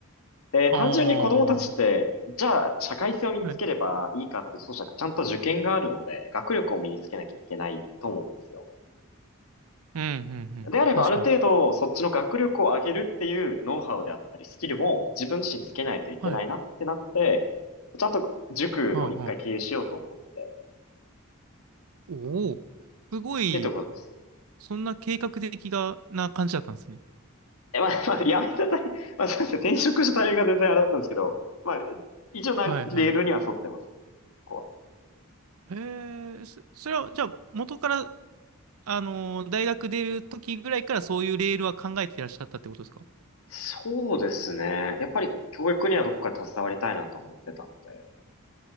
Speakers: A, on the left; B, on the right.
A: で、
B: ああ。
A: 単純に子供たちって、
B: は
A: じゃあ社会性を身につければいいかって、
B: い。うん、
A: そうじゃなく、ちゃんと受験があるので、学力を身につけなきゃいけないと思うんですよ。
B: うん、うん。
A: であれば、
B: 確かに。
A: ある程度、そっちの学力を上げるっていうノウハウであったり、スキルも自分自身つけないといけないなってなって、
B: はい。
A: ちゃんと塾を一回経営しようと思って、
B: はあ、はあ。おお、すごい、
A: っていうところです。
B: そんな計画的がな感じだったんですね。
A: え、まあ、まあ、やめたタイミング、まあ、そうですね、転職したタイミングが全然あれだったんですけど、まあ、一応な、
B: はいは
A: レールには沿ってますね、ここは。
B: い。へえ、そ、それは、じゃあ、元から、あのー大学出る時ぐらいからそういうレールは考えていらっしゃったってことですか
A: そうですね。やっぱり教育にはどこか携わりたいなと思ってたので。